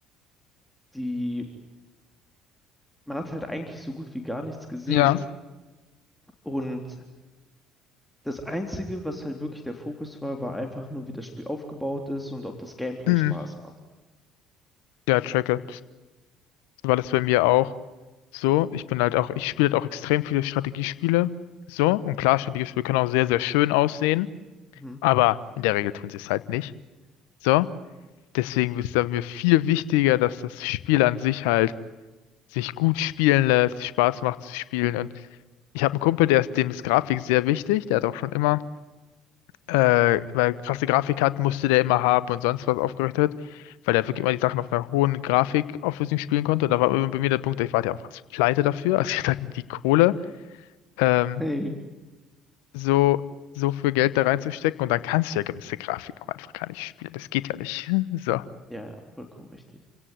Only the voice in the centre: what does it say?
Die, man hat halt eigentlich so gut wie gar nichts gesehen.
Und Das Einzige, was halt wirklich der Fokus war, war einfach nur, wie das Spiel aufgebaut ist und ob das Gameplay
Spaß macht.
Mhm.
Hey,
Ja, ja, vollkommen richtig.